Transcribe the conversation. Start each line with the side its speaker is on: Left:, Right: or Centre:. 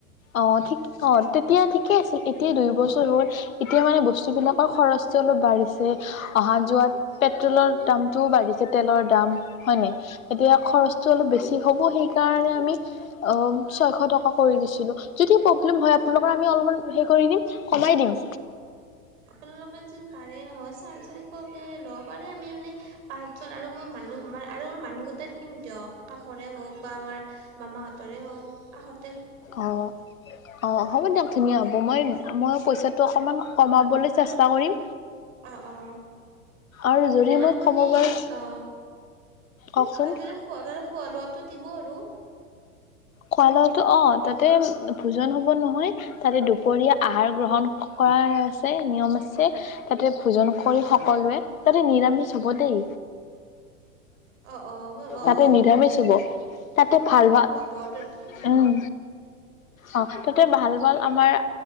Left: অ ঠিক অ। এতিয়া ঠিকে আছিল এতিয়া দুই বছৰ হল। এতিয়া মানে বস্তু বিলাকৰ খৰচটো অলপ বাঢ়িছে অহা যোৱাত পেট্ৰলৰ দামতটোও বাঢ়িছে। তেলৰ দাম হয়নে এতিয়া খৰচ চ অলপ বেছি হ'ব সেইকাৰণে আমি অ ছয়শ টকা কৰি দিছিলো যদি প্ৰব্লেম হয় আপোনালোক আমি অলপমান হেৰি কৰি দিম কমাই দিম।
Right: আপোনালোকত যোন পাৰে নহয় চাৰে চাৰিশকে লব পাৰে। আমি মানে পাঁচ চোন আৰু মই মানুহ ম আৰু মানুহ গট কিম দক। কাষৰে হওক বা আমাৰ মামাহ তৰে হওক কাষত
Left: অ অ হ'ব দিয়ক খুিনি হ'ব মই মই পইচাটোো অকমান কমাবলৈ চেষ্টা কৰিম
Right: অ অ
Left: আৰু যদি
Right: এনে আপুনি
Left: মই কমাব পাৰো
Right: অ
Left: কওকচোন
Right: তাতে খোৱা ত খোৱা লোৱাটো দিব আৰু
Left: খোৱা লোৱাো অ তাতে ভোজন হ'ব নহয় তাতে দুপৰীয়া আহাৰ গ্ৰহণ কৰা আছে নিয়ম আছে তাতে ভোজন কৰি সকলোৱে তাতে নিৰামিষ চব দেই
Right: অ', অ', মই অ',
Left: তাতে নিৰামেই চব তাতে ভাল ভাল
Right: বত অ
Left: উম অ তাতে ভাল আমাৰ